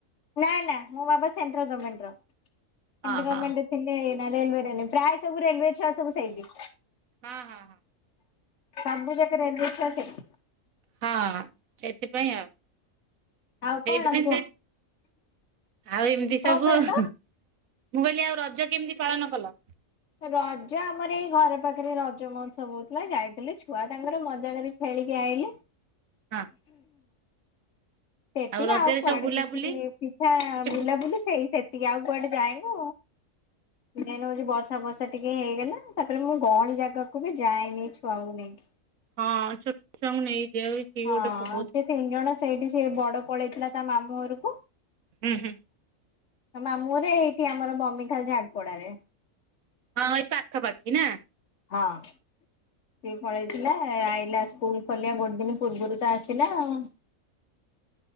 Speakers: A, on the left; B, on the right.
A: ନାଇଁ ନା ମୋ ବାବା ସେଣ୍ଟ୍ରାଲ୍ ଗମେଣ୍ଟର ସେଣ୍ଟ୍ରାଲ୍
B: ହଁ ହଁ।
A: ଗମେଣ୍ଟେ ହେଲେ ରେଲୱରେଁ ପ୍ରାୟ ସବୁ ରେଲୱେ ଛୁଆ ସବୁ ସେଇଟି।
B: ହଁ ହଁ
A: ସବୁଜାଙ୍କ ରେଲୱେ ଛୁଆ ସେଇଟି।
B: ହଁ ସେଥିପାଇଁ ଆଉ।
A: ଆଉ
B: ସେଇଥିପାଇଁ
A: କଣ କୁହ?
B: ସେ ଆଉ ଏମିତି
A: କଣ
B: ସବୁ।
A: କହିଲ?
B: ମୁଁ କହିଲି ଆଉ ରଜ କେମିତି ପାଳନ କଲ?
A: ରଜ ଆମର ଏଇ ଘର ପାଖରେ ରଜ ମହୋତ୍ସବ ହଉଥିଲା ଯାଇଥିଲା ଛୁଆ ତାଙ୍କର ମଜା କରି ଖେଳିକି ଆଇଲି।
B: ହଁ
A: ସେତେକି
B: ରଜରେ
A: ଆଉ କୁଆଡ଼େ
B: ସବୁ ବୁଲାବୁଲି
A: କିଛି ପିଠା
B: କିଛି
A: ବୁଲାବୁଲି
B: ବୁ
A: ସେଇ ସେତି ଟିକେ ଆଉ କୁଆଡ଼େ ଯାଏନୁ। ମେନ୍ ହଉଚି ବର୍ଷା ବର୍ଷା ଟିକେ ହେଇଗଲା ତାପରେ ମୁଁ ଗହଳି ଜାଗାକୁବି ଯାଏନି ଛୁଆକୁ ନେଇକି।
B: ହଁ ଛୋଟ ଛୁଆଙ୍କୁ ନେଇକ ଯିବାକୁ ସିଏବି
A: ହଁ
B: ଗୋଟେ ବହୁତ୍
A: ସେ ତିନି ଜଣ ସେଇଠି ସେ ବଡ଼ ପଳେଇଥିଲା ତା ମାମୁଁ ଘରକୁ
B: ହୁଁ ହୁଁ।
A: ମାମୁଁ ଘରେ ଏଇଠି ଆମର ବମିଖାଲ ଝାଟପୋଡ଼ାରେ।
B: ହଁ ଏଇ ପାଖାପାଖି ନା।
A: ହଁ। ସିଏ ପଳେଇଥିଲା ଆଇଲା ସ୍କୁଲ୍ ଖୋଲିବା ଗୋଟେ ଦିନ ପୂର୍ବରୁତ ଆସିଲା ଆଉ।